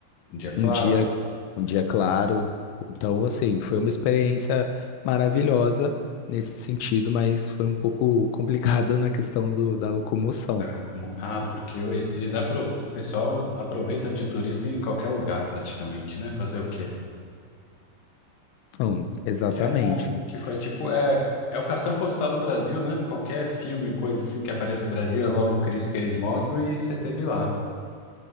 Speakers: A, on the left; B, on the left.
A: Um dia claro,
B: um dia, um dia claro. Então, assim, foi uma experiência maravilhosa nesse sentido, mas foi um pouco complicado <laughs> na questão do, da locomoção.
A: Ah, como- ah, porque o- eles apro... o pessoal aproveita de turista em qualquer lugar praticamente, né? Fazer o quê?
B: Hum, exatamente.
A: E é bom que foi tipo, é, é o cartão postal do Brasil, né? Qualquer filme, coisa assim que aparece no Brasil, é logo o Cristo que eles mostram e você teve lá.